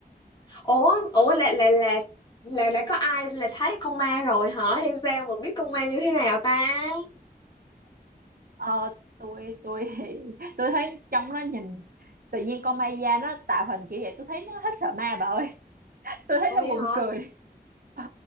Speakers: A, on the left; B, on the right.
A: Ủa, ủa là là là là đã có ai là thấy con ma rồi hả hay sao mà biết con ma như thế nào ta?
B: Ờ, tôi tôi thì <laughs> tôi thấy trong nó nhìn tự nhiên con Maya nó tạo hình kiểu vậy tôi thấy nó hết sợ ma bà ơi <laughs> tôi thấy
A: Ủa
B: nó
A: vậy
B: buồn
A: hả?
B: cười <laughs> ừ.